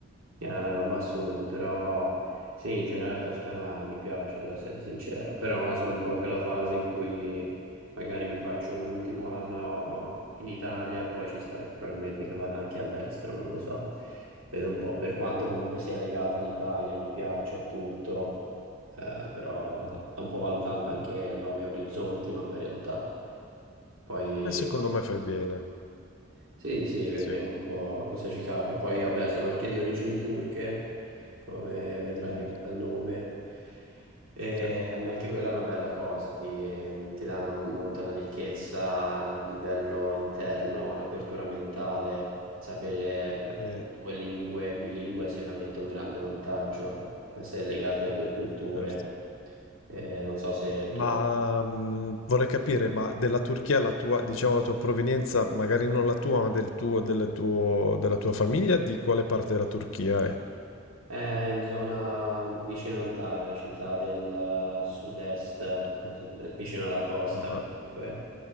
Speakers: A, on the right (about 85°); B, on the left (about 75°).
A: Era una roba assurda, però sì, in generale Toscana mi piace, devo essere sincero. Però sono un po' in quella fase in cui... magari mi faccio un ultimo anno in Italia e poi ci sta che probabilmente che vada anche all'estero, non lo so. Vedo un po', per quanto comunque sia legata all'Italia, mi piace e tutto, eh, però
B: Mhm.
A: sto un po' valutando anche nuovi orizzonti, nuove realtà. Poi
B: E secondo
A: sono
B: me fai bene.
A: sì, sì, vedremo
B: Sì.
A: un po' cosa ci capita. Poi, vabbè, sono anche di origini turche, come vedrai
B: Mhm.
A: anche dal nome. E
B: Sì.
A: mm, anche quella è una bella cosa, ti, mm, ti dà una- molta una ricchezza a livello interno, un'apertura mentale. Sapere beh,
B: Eh,
A: due lingue, bilingue è sicuramente un grande vantaggio, essere legati a due culture.
B: certo.
A: Eh, non so se tu
B: Ma mh, vorrei capire, ma della Turchia la tua, diciamo, la tua provenienza, magari non la tua, ma del tuo, del tuo- della tua famiglia, di quale parte della Turchia è?
A: È in zona vicino Antalya, una città del eh, sud-est,
B: Ok,
A: zona- vicino alla costa
B: Ah,
A: comunque.